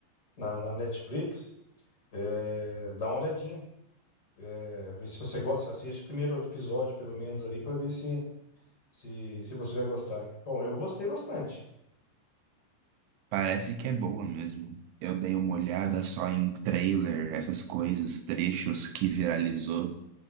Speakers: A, on the left; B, on the right.
A: na, na Netflix. É, dá uma olhadinha, é, vê se você gosta. Assiste o primeiro episódio, pelo menos, ali, pra ver se, se, se você vai gostar. Bom, eu gostei bastante.
B: Parece que é boa mesmo. Eu dei uma olhada só em trailer, essas coisas, trechos que viralizou.